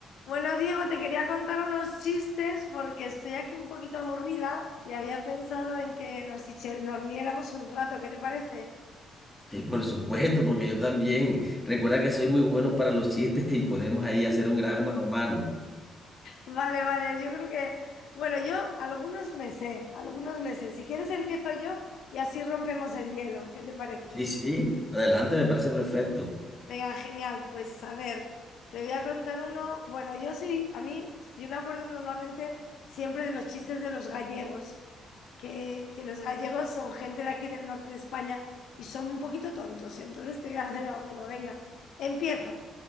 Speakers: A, on the left; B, in the centre.
A: Bueno, Diego, te quería contar unos chistes porque estoy aquí un poquito aburrida y había pensado en que nos, hiche- nos riéramos un rato, ¿qué te parece?
B: Sí, por supuesto, porque yo también. Recuerda que soy muy bueno para los chistes y podemos ahí hacer un gran mano a mano.
A: Vale, vale, yo creo que, bueno, yo algunos meses, algunos meses. Si quieres empiezo yo y así rompemos el hielo, ¿qué te parece?
B: Sí, sí, adelante, me parece perfecto.
A: Venga, genial. Pues a ver, te voy a contar uno. Bueno, yo sí, a mí, yo me acuerdo normalmente siempre de los chistes de los gallegos, que, que los gallegos son gente de aquí del norte de España y son un poquito tontos. Entonces te voy a hacer alguno. Venga, empiezo.